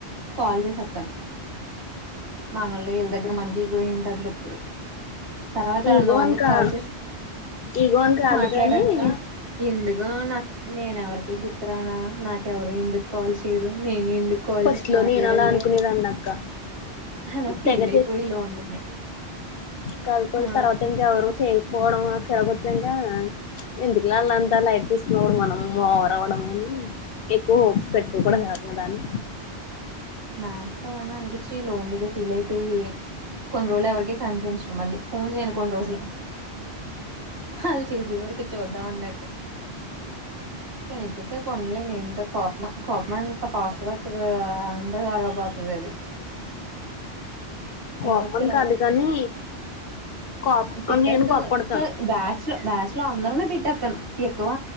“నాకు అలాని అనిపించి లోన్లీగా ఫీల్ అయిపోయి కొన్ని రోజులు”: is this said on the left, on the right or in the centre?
Right